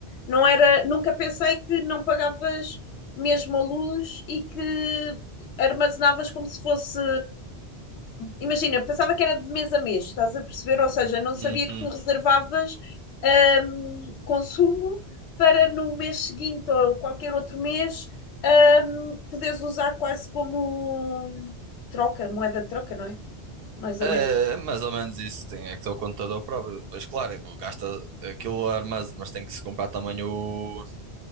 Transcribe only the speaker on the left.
não era, nunca pensei que não pagavas mesmo a luz e que armazenavas como se fosse imagina, pensava que era de mês a mês, estás a perceber? Ou seja, não sabia
que tu reservavas hum, consumo para no mês seguinte ou qualquer outro mês hum, poderes usar quase como troca, moeda de troca, não é? Mais
ou menos,